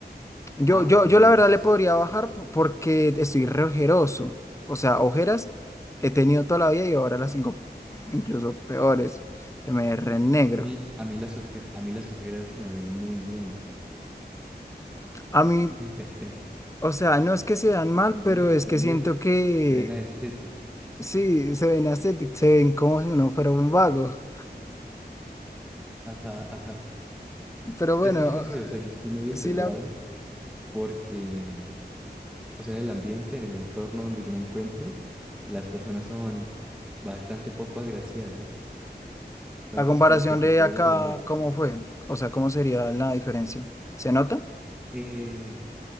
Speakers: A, on the left; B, in the centre.
A: Yo,
B: ah, pues
A: yo,
B: un
A: yo
B: 10
A: la verdad le podría bajar po- porque
B: fijo.
A: estoy re ojeroso. O sea, ojeras he tenido toda la vida y ahora las tengo incluso peores. Se me ve re negro.
B: Es que a mí, a mí las oje- a mí las ojeras se me ven muy bien.
A: A mí,
B: <laughs>
A: O sea, no es que se vean mal,
B: También,
A: pero es
B: también,
A: que siento que
B: se ven estética
A: sí, se ven ascetic, se ven como si uno fuera un vago.
B: Ajá, ajá.
A: Pero bueno,
B: Es que yo no sé, o sea, yo estoy medio
A: sí
B: sesgado
A: la,
B: porque, o sea, en el ambiente, en el entorno donde yo me encuentro, las personas son bastante poco agraciadas. Entonces,
A: la comparación
B: como que si
A: de
B: tú
A: acá,
B: eres media...
A: ¿cómo fue? O sea, ¿cómo sería la diferencia? ¿Se nota?
B: eh,